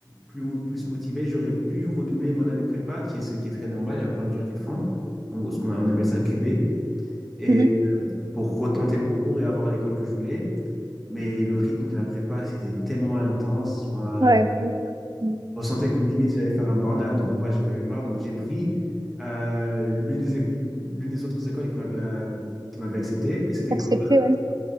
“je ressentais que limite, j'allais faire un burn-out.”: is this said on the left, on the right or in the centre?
Centre